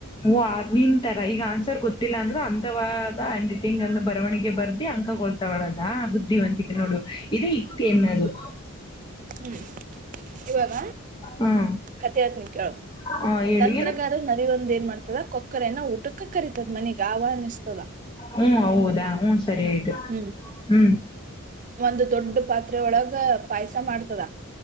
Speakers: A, on the left; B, on the right.
A: ಓ ಆದ್ನಿಂತರ ಈಗ ಆನ್ಸರ್ ಗೊತ್ತಿಲ್ಲ ಅಂದ್ರು ಅಂದವಾದ ಹ್ಯಾಂಡ್ ರೈ ಟಿಂಗ್ ಅನ್ನು ಬರವಣಿಗೆ ಬರ್ದಿ ಅಂಕಗೊಳ್ತಗೊಳದಾ ಬುದ್ಧಿವಂತಿ ‌ ನೋಡು ಇದೇ ಯುಕ್ತಿ ಅನ್ನದು. <inaudible>
B: ಹ್ಮ್ ಇವಾಗ
A: ಹ್ಮ್
B: ಕಥೆ ಹೇಳ್ತೀನಿ ಕೇಳು
A: ಹ ಹೇಳು
B: ತಂತ್ರಗಾರ
A: ಏನು
B: ನರಿ ಒಂದ ಏನ್ ಮಾಡ ತದ ಕೊಕ್ಕರೆೆಯನ್ನು ಊಟ್ ಟಕ್ಕ ಕರಿತದ ಮನಿಗೆ ಆಹ್ವಾನಿಸಿಸ್ತದ.
A: ಹ್ಮ್ ಹೌದಾ ಹ್ಮ್ ಸರಿ ಆಯ್ತು
B: ಹ್ಮ್
A: ಹ್ಮ್
B: ಒಂದು ದೊಡ್ಡ ಪಾತ್ರೆ ಒಳಗ ಪಾಯಸ ಮಾಡ್ತದ